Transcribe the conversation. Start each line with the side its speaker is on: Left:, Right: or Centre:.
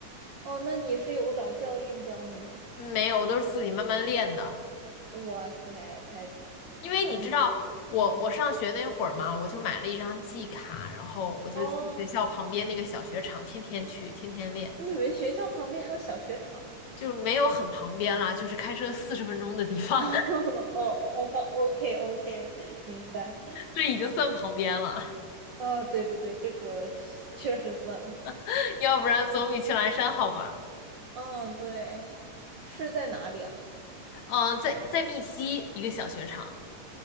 Right: 哦，那你是有找教练教你吗？
Left: 嗯没有，我都是自己慢慢练的，
Right: 哇塞，太强了！
Left: 因为你知道我我上学那会儿嘛，
Right: 那你是嗯，
Left: 我就买了一张季卡，然后我就去学校旁边那个小学场，
Right: 哦，
Left: 天天去，天天练，
Right: 你们学校旁边还有小雪场啊
Left: 就是没有很旁边啦，就是开车四十分钟的地方，
Right: <laughs> 哦哦哦，OK OK，明白。
Left: <laughs> 这已经算旁边了，
Right: 啊，对对对，这个 <laughs> 确实算了。
Left: <laughs> 要不然总比去蓝山好吧。
Right: 嗯，对，是在哪里啊？
Left: 嗯，呃在在密西一个小雪场，